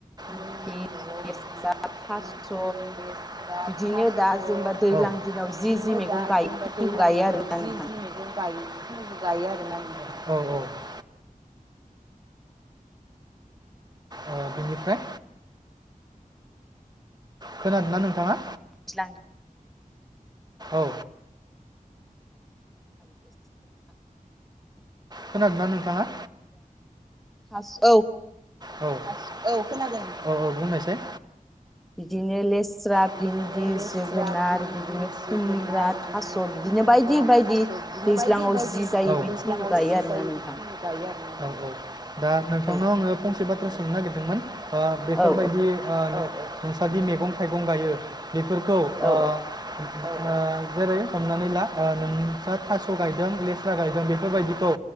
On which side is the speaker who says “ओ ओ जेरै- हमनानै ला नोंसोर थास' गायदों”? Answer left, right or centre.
Right